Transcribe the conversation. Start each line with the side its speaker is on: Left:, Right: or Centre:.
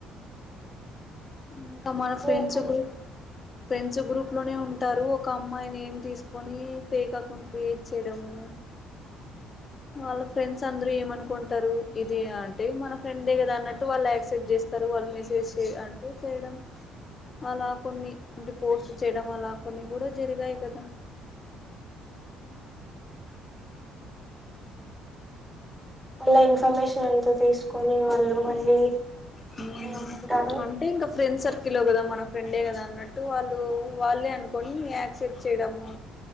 Left: మ్ త మన ఫ్రెండ్స్
Centre: మీకు
Left: గ్రూప్ ఫ్రెండ్స్ గ్రూప్లోనే ఉంటారు ఒక అమ్మాయి నేమ్ తీస్కొని ఫేక్ అకౌంట్ క్రియేట్ చేడము వాళ్ళ ఫ్రెండ్స్ అందరూ ఏమనుకుంటారు. ఇది అంటే మన ఫ్రెండ్ దే కదా అన్నట్టు వాళ్ యాక్సెప్ట్ చేస్తారు. వాళ్ళు మెసేజ్ చే అంటే చేయడం అలా కొన్ని అంటే పోస్ట్ చేయడం అలా కొన్ని గుడా జరిగాయి కదా
Centre: అలా ఇన్ఫర్మేషన్ అంతా తీస్కొని వాళ్ళు మళ్ళీ
Left: హ్మ్
Centre: ఏమంటారు
Left: అంటే ఇంకా ఫ్రెండ్ సర్ కిలో కదా మన ఫ్రెండే కదా అన్నట్టు వాళ్ళు వాళ్ళే అనుకొని యాక్సెప్ట్ చేడము.